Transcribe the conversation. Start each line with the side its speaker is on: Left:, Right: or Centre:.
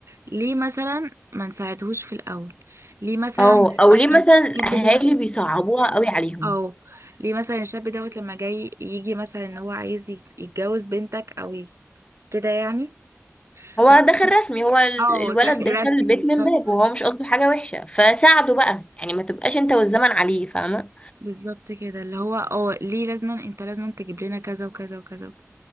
Right: ليه مثلا ما نساعدهوش في الاول ليه مثلا
Left: او او
Right: لما
Left: ليه مثلا
Right: الشاب
Left: الاهالي
Right: ده
Left: بيصعبوها قوي عليهم
Right: او ليه مثلا الشاب دوت لما جاي يجي مثلا ان هو عايز يت- يتجوز بنتك او ي- كده يعني
Left: هو
Right: ف-
Left: دخل رسمي هو ال-
Right: اه
Left: الولد
Right: داخل
Left: دخل
Right: رسمي
Left: البيت
Right: بالظبط
Left: من باب وهو مش قصده حاجة وحشة فساعده بقى يعني ما تبقاش انت والزمن عليه فاهمة
Right: بالظبط كده اللي هو اه ليه لازما انت لازما تجيب لنا كذا وكذا وكذا وكذا.